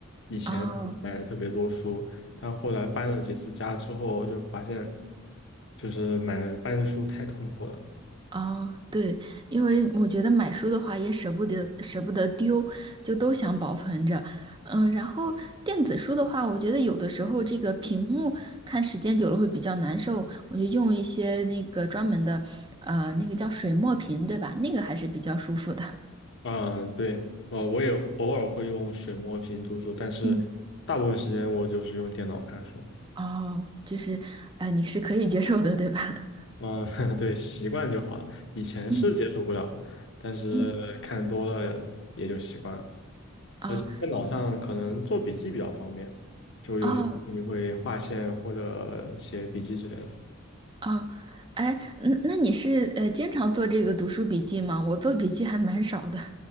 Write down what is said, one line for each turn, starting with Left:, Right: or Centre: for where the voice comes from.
Left: 以前买特别多书，
Right: 哦，
Left: 但后来搬了几次家之后，就发现就是买搬书太痛苦了。
Right: 哦，对，因为我觉得买书的话也舍不得舍不得丢，就都想保存着。嗯，然后电子书的话，我觉得有的时候这个屏幕看时间久了会比较难受，我就用一些那个专门的，呃，那个叫水墨屏，对吧？那个还是比较舒服的。
Left: 啊、对，呃，我也偶尔会用水墨屏读书，但是大部分时间我就是用电脑看书。
Right: 嗯，哦，就是，呃，你是可以接受的，对吧？<laughs>
Left: 嗯，<laughs> 对，习惯就好了。以前是接受不了的，
Right: 嗯
Left: 但是看多了也就习惯了。
Right: 嗯，啊
Left: 而且电脑上可能做笔记比较方便，就有些你会划线或者写笔记之类的。
Right: 哦哦，哎，那那你是呃经常做这个读书笔记吗？我做笔记还蛮少的。